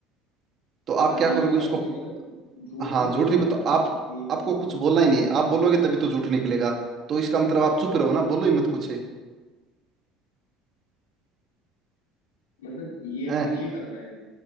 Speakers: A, on the right; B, on the left.
A: तो
B: हाँ
A: आप क्या
B: ये
A: करोगे
B: भी आप
A: उसको
B: ये मतलब झूठ
A: हाँ
B: ही बोलना
A: झूठ ही
B: है ना
A: तो
B: मतलब
A: आप
B: यही बोले
A: आपको कुछ बोलना ही नहीं है। आप बोलोगे तभी तो झूठ निकलेगा तो इसका मतलब आप चुप रहो ना बोलो ही मत कुछ है
B: मतलब ये
A: हैं?
B: ये करना है हमें